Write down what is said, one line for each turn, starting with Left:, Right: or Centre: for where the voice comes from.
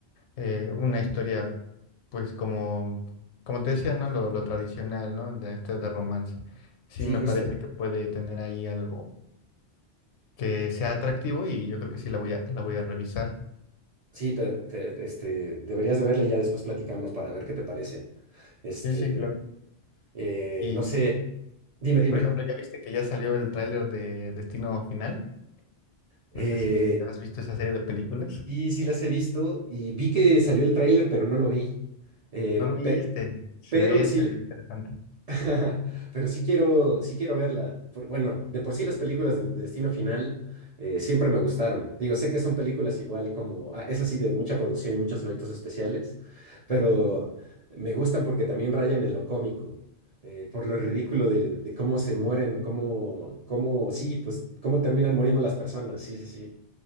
Left: eh, una historia, pues como, como te decía, ¿no? Lo, lo tradicional, ¿no? De este de romance. Sí
Right: Sí,
Left: me
Right: justo.
Left: parece que puede tener ahí algo que sea atractivo y yo creo que sí la voy a, la voy a revisar.
Right: Sí, te- te- este, deberías de verla y ya después platicamos para ver qué te parece. Este,
Left: Sí, sí, claro.
Right: eh,
Left: Y,
Right: no sé, dime, dime.
Left: por ejemplo, ¿ya viste que ya salió el tráiler de Destino Final?
Right: Eh,
Left: No sé si has visto esa serie de películas.
Right: y sí las he visto y vi que salió el tráiler, pero no lo vi. Eh,
Left: No lo viste.
Right: pe-
Left: Se
Right: pero
Left: ve,
Right: sí,
Left: se ve interesante.
Right: <laughs> Pero sí quiero, sí quiero verla. Por- bueno, de por sí las películas de de Destino Final eh, siempre me gustaron. Digo, sé que son películas igual como, ah, es así de mucha producción y muchos efectos especiales, pero
Left: <laughs>
Right: me gustan porque también rayan en lo cómico, eh, por lo ridículo de, de cómo se mueren o cómo, cómo, sí, pues cómo terminan muriendo las personas. Sí, sí, sí.